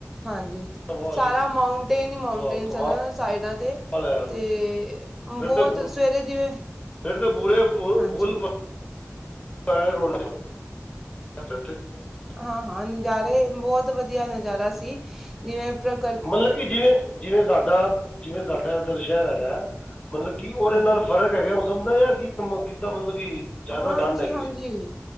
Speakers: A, in the centre; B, on the left.
A: ਹਾਂਜੀ
B: ਵਾਹ
A: ਸਾਰਾ
B: ਜੀ
A: ਮਾਊਂਟੇਨ ਈ ਮਾਊਂਟੇਨ
B: ਵਾਹ ਕਮਾਲ
A: ਸਨ ਸਾਈਡਾਂ ਤੇ।
B: ਹੈ ਯਾਰ
A: ਤੇ
B: ਫਿਰ
A: ਬੋਤ
B: ਤਾਂ ਬੁ-
A: ਸਵੇਰੇ ਜਿਵੇਂ
B: ਫਿਰ ਪੂਰੇ <unintelligible> ਫੁੱਲ
A: ਹਾਂਜੀ
B: <unintelligible> <unintelligible>
A: ਹਾਂ-ਹਾਂ ਨਜ਼ਾਰੇ, ਬੋਤ ਵਧੀਆ ਨਜ਼ਾਰਾ ਸੀ ਜਿਵੇਂ ਪ੍ਰਕ
B: ਮਤਲਬ ਕਿ ਜਿਵੇਂ, ਜਿਵੇਂ ਸਾਡਾ, ਜਿਵੇਂ ਸਾਡਾ ਏਧਰ ਸ਼ਹਿਰ ਹੈਗਾ। ਮਤਲਬ ਕਿ ਓਦੇ
A: ਹਾਂਜੀ
B: ਨਾਲ ਫ਼ਰਕ ਹੈਗਾ, ਮੌਸਮ ਦਾ, ਯਾ ਕਿ ਕਿੱਦਾਂ ਮਤਲਬ ਕਿ ਜ਼ਿਆਦਾ
A: ਹਾਂਜੀ-ਹਾਂਜੀ।
B: ਠੰਡ ਹੈਗੀ ਹੈ